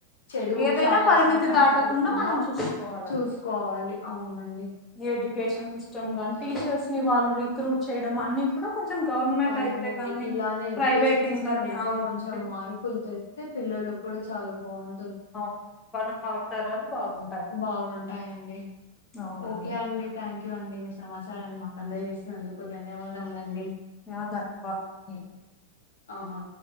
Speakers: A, on the left; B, on the left.
A: చెడు
B: ఏదైనా
A: సావాసాలు
B: పరిమితి
A: పట్టకోకుండా
B: దాటకుండా మనం చూసుకోవాలండి.
A: చూసుకోవాలి. అ అవునండి
B: ఎడ్యుకేషన్ సిస్టమ్ గాని టీచర్స్
A: ఈ-
B: ని వాళ్ళు రిక్రూట్ చేయడం అన్ని కూడా కొంచెం గవర్నమెంట్
A: అవునండి
B: అయితే కానీ,
A: ఇలానే ఎడ్యుకేషన్
B: ప్రైవేట్
A: సిస్టమ్
B: ఇంకాని
A: ఇంకా
B: అవునండి.
A: కొంచెం మార్పులు తెస్తే పి లాల్ కూడా చాలా బాగుం
B: అవు మనం బావితరాలు బాగుం
A: బాగుంటాయండి
B: అవునండి.
A: ఓకే అండి థ్యాంక్ యూ అండి మీ సమాచారాన్ని మాకు అందజేసినందుకు ధన్యవాదములండి.
B: యాదా ఇప్పదా ది
A: ఆహ